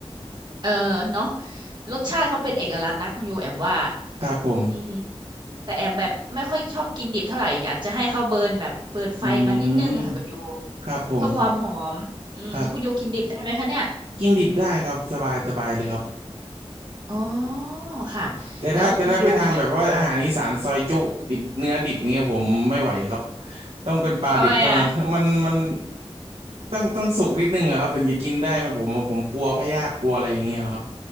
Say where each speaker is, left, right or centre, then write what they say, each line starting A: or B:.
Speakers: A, on the right; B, on the right.
A: เออเนาะรสชาติเขาเป็นเอกลักษณ์นะคุณยูแอมว่า
B: ครับผม
A: อืมแต่แอมแบบไม่ค่อยชอบกินดิบเท่าไหร่อยากจะให้เขาเบิร์นแบบเบิร์นไฟมานิดนึงค่ะคุณยู
B: อืมครับผม
A: เพื่อความหอมอืมคุณยูกินดิบได้ไหมคะเนี่ย
B: ครับกินดิบได้ครับสบายสบายเลยครับ
A: อ๋อค่ะแล้วคุณยูมีค่ะ
B: แต่ถ้าแต่ถ้าไปทางแบบว่าอาหารอีสานซอยจุดิบเนื้อดิบเงี้ยผมไม่ไหวครับต้องเป็นปลาดิบเท่านั้น
A: ทำไมอ่ะ
B: <laughs> มันมันต้องต้องสุกนิดนึงอะครับถึงจะกินได้ไหมผมผมกลัวพยาธิกลัวอะไรอย่างเงี้ยครับ